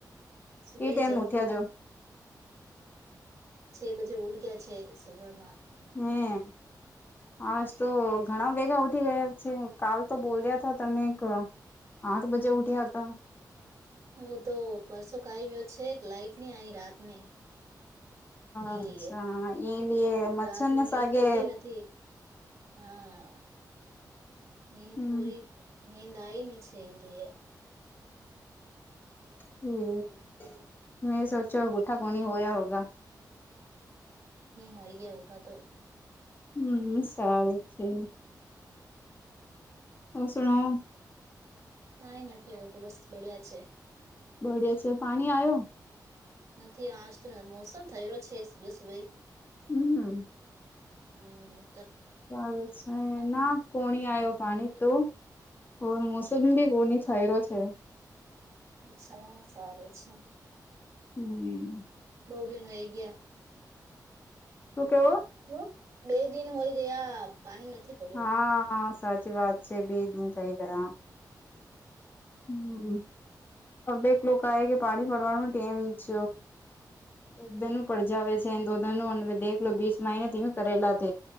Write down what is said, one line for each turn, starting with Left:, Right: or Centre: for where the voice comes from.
Right: સુભાઈ
Left: કે ટાઈમ
Right: જલ્દ.
Left: ઉઠ્યા જો
Right: છે બજે ઉડ ગયા છે સુભમાં.
Left: હમ્મ, આજ તો ઘણા ભેગા ઉઠી ગયા છે કાલ તો બોલ્યા તા તમે એક આઠ બજે ઉઠ્યા હતા.
Right: હું તો પરસો ખાઈ ગ્યો છે લાઈટ ને આવીઈ રાતને. એ
Left: અચ્છા
Right: લે
Left: એ લીએ મચ્છર
Right: રાતની
Left: ને
Right: નીંદ
Left: સાગે
Right: પૂરી નથી. હા મે
Left: હમ
Right: પોરી મે દાયની છેલે.
Left: હમ્મ, મે સોચ્યો અ ગુઠા કોણી હોયા હોગ.
Right: હોય ગયા ઉઠા તો.
Left: હમ્મ, સારું છે. હ શુંણો
Right: કઈ નથી આવતું બસ બડિયા છે
Left: બઢિયા છે પાણી આવ્યો?
Right: નથી આજ તો મોસમ થયે રયો છે સુ સુભાઈ.
Left: હમ્મ.
Right: હમ્મ.
Left: સારું છે. હ ના કોણી આવ્યો પાણી તો કો મોસમ બી કોણી થય્યો છે
Right: અચ્છા સાર છે
Left: હમ
Right: બહુડંગઈ ગયા
Left: શું કેવો
Right: હ બે દિન હોય ગયા પાણી નથી પડ્યો
Left: હા સાચી વાત છે બે દિન થઈ ગયા હમ હ બેક લોકો આ કે પાણી ભડવાનું ટેમ છ એક ધન પડજાવે છે દોધન દેખલો બીસ માિનેથીમે કરેલા થ